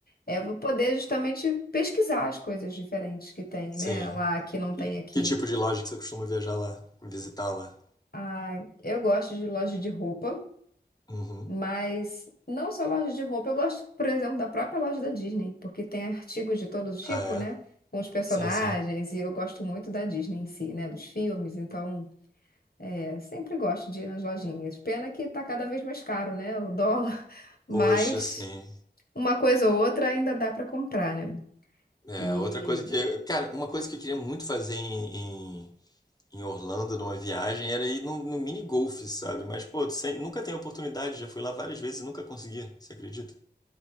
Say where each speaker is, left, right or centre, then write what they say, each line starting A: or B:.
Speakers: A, on the left (about 60°); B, on the left (about 20°).
A: é eu poder justamente pesquisar as coisas diferentes que tem,
B: Sim.
A: né? Lá que não tem
B: Que,
A: aqui.
B: que tipo de loja que você costuma viajar lá, visitar lá?
A: Ah, eu gosto de loja de roupa.
B: Uhum.
A: Mas não só loja de roupa, eu gosto, por exemplo, da própria loja da Disney, porque tem artigos de todo tipo,
B: Ah, é?
A: né? Com os personagens,
B: Sim, sim.
A: e eu gosto muito da Disney em si, né? Dos filmes, então é, sempre gosto de ir nas lojinhas. Pena que tá cada vez mais caro, né? O dólar, <laughs> mas
B: Poxa, sim.
A: uma coisa ou outra ainda dá para comprar, né?
B: É,
A: E
B: outra coisa que. Cara, uma coisa que eu queria muito fazer em, em Orlando numa viagem era ir no, no mini golf, sabe? Mas, pô, tu sem- nunca tem oportunidade, já fui lá várias vezes e nunca consegui, você acredita?